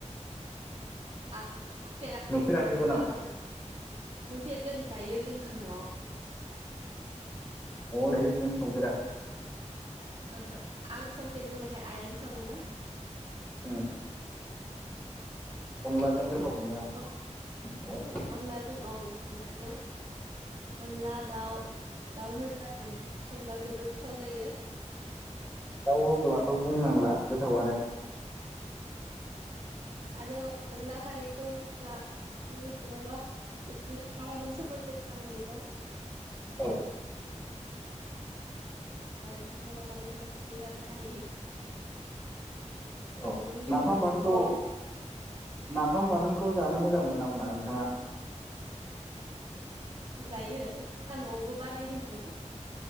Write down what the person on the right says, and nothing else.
आं संफेराखै
रोङा नालाय, नुफेरदों जायो जोंहा न'आव।
ओहो आं संफेरनो मोनाखै आइयानो सङो ना।
अ
औ
अनलाजों औ अ जों अनला दाउ दाउ होला होननानै संबा जोबोर। गोथाव जायो।
आरो अनला खारैखौ। जोंहा बुंनो थाङोबा एखि हाबाजों सोमोन्दो गोनां मैगं।
जाय बर' एंगारनो हायि। मैगंनि
गेजेराव
मोनसे
जायो जोंहा न'आवबो बानायदोंमोन।